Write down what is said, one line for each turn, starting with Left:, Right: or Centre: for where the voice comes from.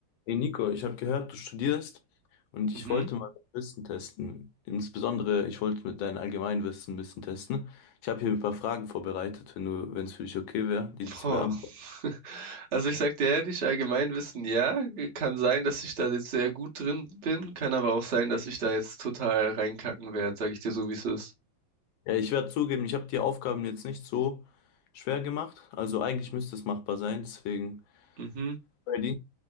Left: Hey Nico, ich habe gehört, du studierst und ich
Right: Mhm.
Left: wollte mal dein Wissen testen. Insbesondere, ich wollte mit deinem Allgemeinwissen ein bisschen testen. Ich habe hier ein paar Fragen vorbereitet, wenn du, wenn es für dich okay wäre, die
Right: Boah.
Left: zu beantworten.
Right: <laughs> Also ich sag dir ehrlich, Allgemeinwissen, ja, kann sein, dass ich da jetzt sehr gut drin bin, kann aber auch sein, dass ich da jetzt total reinkacken werde, sag ich dir so, wie es ist.
Left: Ja, ich werde zugeben, ich habe die Aufgaben jetzt nicht so schwer gemacht. Also eigentlich müsste es machbar sein, deswegen.
Right: Mhm.
Left: Ready?